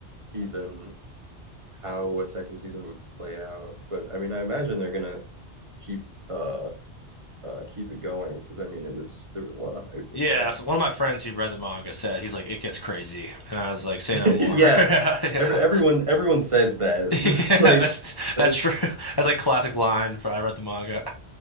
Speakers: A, on the right; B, on the left.
A: even how a second season would play out. But I mean I imagine they're gonna keep uh uh, keep it going because I mean it was there was a lot of hype with
B: Yeah,
A: that.
B: so one of my friends who read the manga said he's like, it gets crazy, and I was like, say
A: <laughs>
B: no more.
A: yeah,
B: <laughs> Yeah, yeah,
A: every everyone everyone says that.
B: <laughs>
A: <laughs> This
B: yeah.
A: is like
B: That's
A: that
B: that's
A: is
B: true. That's like classic line for I read the manga.